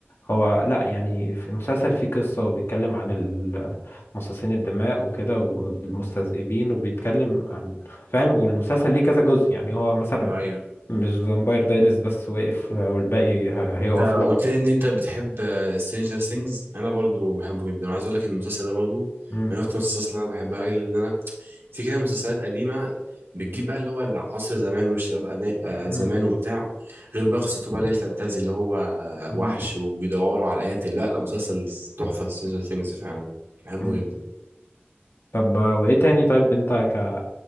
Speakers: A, on the left (about 75°); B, on the right (about 70°).
A: هو لا يعني في المسلسل فيه قصة وبيتكلم عن ال- مصاصين الدماء وكده والمستذئبين وبيتكلم عن فاهم والمسلسل ليه كذا جزء يعني هو مثلا
B: ايوه ايوه
A: مش فامباير دايرز بس واقف والباقي هيقف
B: آه،
A: لا
B: قلت لي ان انت بتحب سترينجر ثينجز انا برضو بحبه جدا وعايز اقول لك ان المسلسل ده برضو
A: مم.
B: من اكتر المسلسلات اللي انا بحبها الا ان انا في كده مسلسلات قديمه بتجيب بقى اللي هو العصر زمان والشباب أدا- آه،
A: مم.
B: زمان وبتاع غير بقى قصته بقى اللي هي الفانتازي اللي هو آه،
A: مم.
B: وحش وبيدوروا على القاتل لا لا مسلسل تحفه سترينجر ثينجز فعلا بحبه
A: مم.
B: جدا
A: طب آه، وايه تاني طيب انت ك